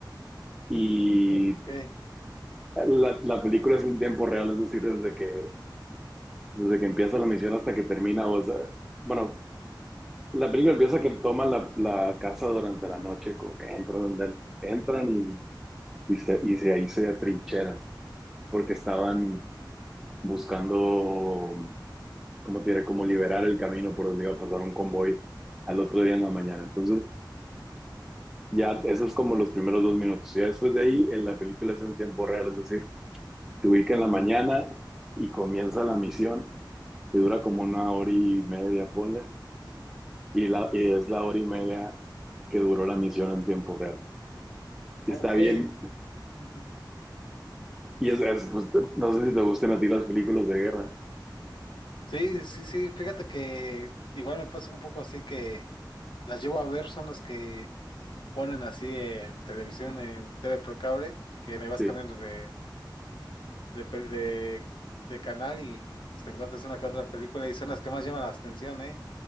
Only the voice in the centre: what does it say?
Y
la, la película es en tiempo real, es decir, desde que, desde que empieza la misión hasta que termina. O sea, bueno, la película empieza que toman la, la casa durante la noche, como que entran, entran y, y, se, y se- ahí se atrincheran, porque estaban buscando, como te diré, como liberar el camino por donde iba a pasar un convoy al otro día en la mañana. Entonces, Ya, eso es como los primeros dos minutos. Ya después de ahí, en la película es en tiempo real, es decir, se ubica en la mañana y comienza la misión, que dura como una hora y media, ponle, y, la, y es la hora y media que duró la misión en tiempo real. Está
bien.
Y es, es, pues, no sé si te gustan a ti las películas de guerra.
Sí,